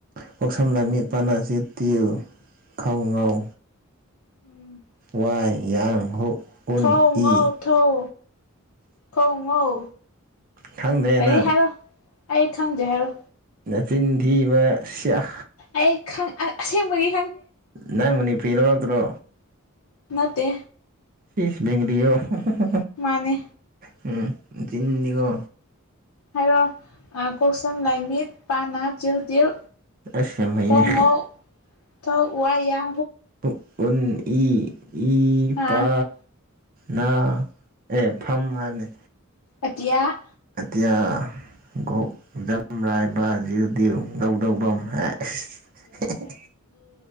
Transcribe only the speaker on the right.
ꯀꯣꯛ ꯁꯝ ꯂꯥꯏ ꯃꯤꯠ ꯄꯥ ꯅꯥ ꯆꯤꯜ ꯇꯤꯜ ꯈꯧ ꯉꯧ
ꯋꯥꯏ ꯌꯥꯡ ꯍꯨꯛ ꯎꯟ
ꯏ
ꯈꯪꯗ꯭ꯔꯦ
ꯅꯪ
ꯅꯆꯤꯟ ꯊꯤꯕ ꯁꯤꯌꯥ
ꯅꯪ ꯃꯅꯤꯄꯨꯔꯤ ꯂꯧꯔꯛꯇ꯭ꯔꯣ
ꯏꯁ ꯕꯦꯡꯒ꯭ꯂꯤꯔꯣ ꯎꯝ ꯍꯨ
ꯍꯨ ꯍꯨ ꯆꯤꯟꯗꯤꯀꯣ
ꯑꯁ ꯌꯥꯝ ꯍꯩꯅꯦ
ꯍꯨꯛ ꯎꯟ ꯏ ꯏ
ꯄꯥ ꯅꯥ ꯑꯦ ꯐꯝ ꯍꯥꯏꯕꯅꯤ
ꯑꯦꯇꯤꯌꯥ ꯒꯣꯛ ꯖꯝ ꯔꯥꯏ ꯕꯥ ꯖꯤꯜ ꯗꯤꯜ ꯉꯧ ꯗꯧ ꯚꯝ ꯍꯥꯏ ꯏꯁ ꯍꯦꯍꯦ